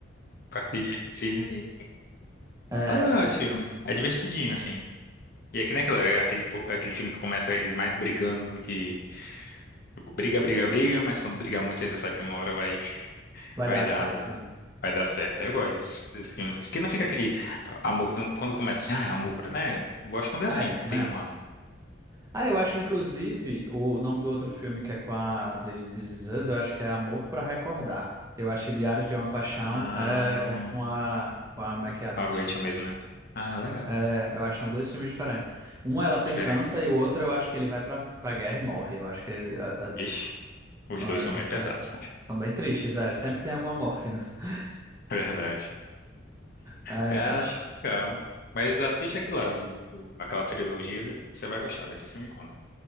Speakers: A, on the left; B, on the right.
A: Com a Cisne. Cisne.
B: É,
A: É legal esse filme. É divertidinho, assim. E é que nem aquilo, é aquele, po- é aquele filme que começa eles mais brigando do que. Tipo, briga, briga, briga, mas quando briga muito, aí você sabe que uma hora vai,
B: vai
A: vai
B: dar certo.
A: dar amor.
B: né?
A: Vai dar certo. Eu gosto desses, desses filmes. assim, Que não fica aquele ah, amor quando quando começa assim, ah, é amor pra, né? Eu gosto quando é assim,
B: Ai, também
A: que tem
B: não.
A: uma.
B: Ah, eu acho, inclusive, o, o nome do outro filme que é com a atriz de This Is Us, eu acho que é Amor para Recordar. Eu acho que Diários de uma Paixão
A: Ah,
B: é, é com a, com a Mac Adams
A: a Rachel
B: mesmo.
A: mesmo, né? Ah, legal.
B: É, eu acho que são dois filmes diferentes. Um ela tem
A: Diferente,
B: câncer
A: né?
B: e o outro eu acho que ele vai pra, pra guerra e morre. Eu acho que é, é,
A: Vixe, os
B: são
A: dois
B: esses
A: são bem pesados.
B: diferentes. São bem tristes, é. Sempre tem alguma morte, né? <laughs>
A: <laughs> Verdade.
B: É
A: Cara,
B: triste.
A: muito legal. Mas assiste aqui lá do, do- aquela trilogia, você vai gostar, depois você me conta.